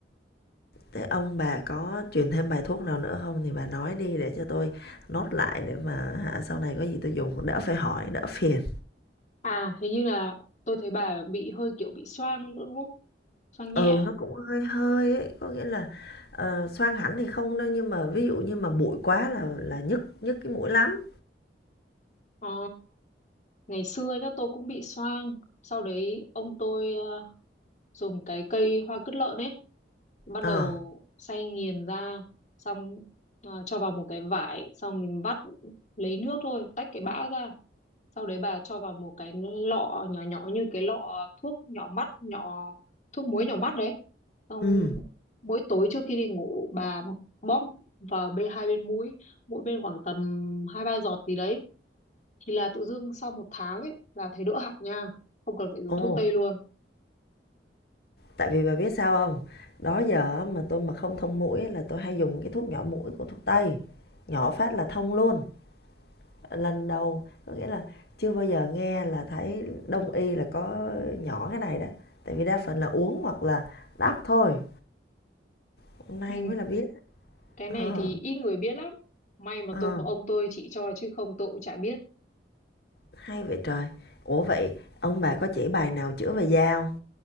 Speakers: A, on the left; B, on the left.
A: thế ông bà có truyền thêm bài thuốc nào nữa không thì bà nói đi để cho tôi nốt lại để mà hả, sau này có gì tôi dùng đỡ phải hỏi, đỡ phiền.
B: à hình như là tôi thấy bà bị hơi kiểu bị xoang nữa đúng không xoang nhẹ
A: Ừ,
B: à?
A: nó cũng hơi hơi ấy, có nghĩa là, ờ, xoang hẳn thì không đâu nhưng mà ví dụ như mà bụi quá là là nhức nhức cái mũi lắm.
B: Ờ, ngày xưa nhá tôi cũng bị xoang. Sau đấy ông tôi ờ, dùng cái cây hoa cứt lợn ấy bắt
A: Ờ,
B: đầu xay nghiền ra xong ờ, cho vào một cái vải xong mình vắt lấy nước thôi tách cái bã ra sau đấy bà cho vào một cái lọ nhỏ nhỏ như cái lọ thuốc nhỏ mắt nhỏ thuốc muối nhỏ mắt đấy xong
A: ừm.
B: mỗi tối trước khi đi ngủ bà bóp vào bên hai bên mũi mỗi bên khoảng tầm hai ba giọt gì đấy thì là tự dưng sau một tháng ấy là thấy đỡ hẳn nha không cần phải dùng
A: Ồ!
B: thuốc tây luôn
A: tại vì bà biết sao không? đó giờ mà tôi mà không thông mũi là tôi hay dùng cái thuốc nhỏ mũi của thuốc tây nhỏ phát là thông luôn lần đầu có nghĩa là chưa bao giờ nghe là thấy đông y là có nhỏ cái này đó tại vì đa phần là uống hoặc là đắp thôi hôm nay
B: ừ.
A: mới là biết
B: cái
A: ờ,
B: này thì ít người biết lắm may mà
A: ờ,
B: tôi có ông tôi chỉ cho chứ không tôi cũng chả biết
A: hay vậy trời ủa vậy ông bà có chỉ bài nào chữa về da không?